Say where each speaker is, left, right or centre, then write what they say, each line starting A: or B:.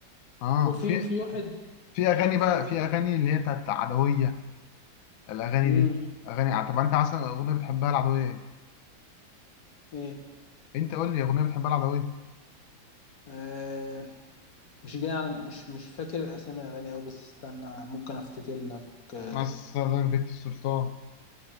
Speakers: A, on the left; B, on the left.
A: اه
B: وفي
A: في
B: في واحد
A: في اغاني
B: في,
A: بقى
B: في...
A: في اغاني اللي هي بتاعت عدويه الاغاني
B: مم.
A: دي اغاني ع- طب انت اصلا اغنيه بتحبها العدويه ايه
B: ايه
A: انت قول لي اغنيه بتحبها العدويه
B: آه، مش جاي على مش مش فاكر اسامي اغاني اوي بس استنى ممكن افتكر لك اه
A: مثلا بيت السلطان